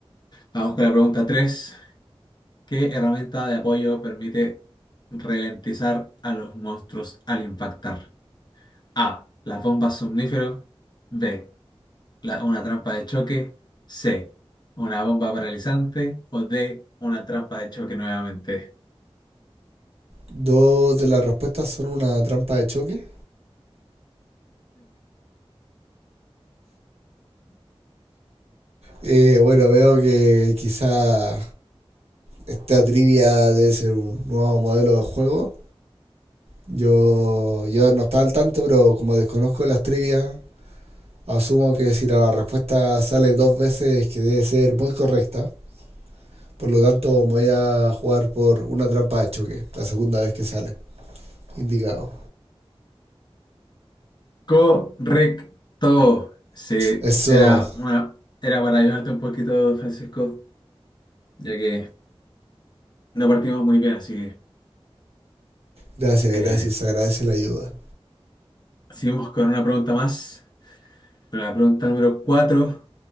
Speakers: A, on the left; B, on the right.
A: vamos con la pregunta 3: ¿Qué herramienta de apoyo permite ralentizar a los monstruos al impactar? A. Las bombas somníferos. B. La- una trampa de choque. C. Una bomba paralizante. O D. Una trampa de choque nuevamente.
B: Dos de las respuestas son una trampa de choque. Eh, bueno, veo que quizá esta trivia debe ser un nuevo modelo de juego. Yo, yo no estaba al tanto, pero como desconozco las trivias, asumo que si la respuesta sale dos veces que debe ser muy correcta. Por lo tanto, voy a jugar por una trampa de choque, la segunda vez que sale. Indicado.
A: Correcto. Sí,
B: Eso.
A: era una, era para ayudarte un poquito, Francisco, ya que no partimos muy bien, así que
B: Gracias,
A: eh,
B: gracias. Agradece la ayuda.
A: seguimos con una pregunta más. La pregunta número cuatro